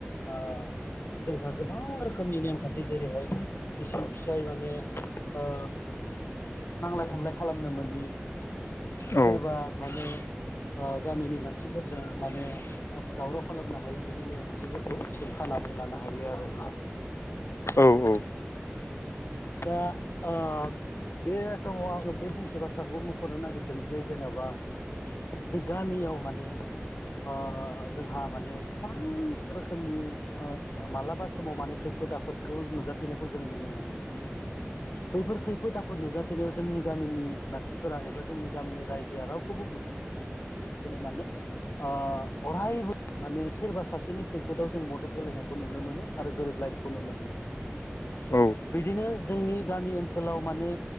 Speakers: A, on the left; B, on the left.
A: ओ जोंहा गोबां रोखोमनि नेमखान्थि जेरैहाय बिसि-फिसाय माने ओ नांलाय-खमलाय खालामनो मोनि
B: औ
A: सोरबा माने ओ गामिनि मानसिफोरजों माने ओ दावराव खालामनो हायो बिदि नेमखान्थिफोरखौ जों खानानै लानो हायो आरो।
B: औ औ।
A: <inaudible> दा ओ बे समाव आङो बे फंसे बाथ्राखौबो मख'नो नागिरदों जे जेनेबा बा जों गामियाव माने ओ ओ जोंहा माने गोबां रोखोमनि ओ मालाबा समाव माने खैफोद आफोदखौ नुजाथिनायखौ जों नुनो मोनो। बैफोर खैफोद आफोद नुजाथिनायाव जोंनि गामिनि मानसिफोरा एबा जोंनि गामिनि रायजोआ रावखौबो दिनो माने ओ अरायबो माने सोरबा सासेनि खैफोदाव जों मदद होलायनायखौ नुनो मोनो आरो गोरोबलायनायखौ नुनो मोनो। <inaudible>
B: औ
A: बिदिनो जोंनि गामि ओनसोलाव माने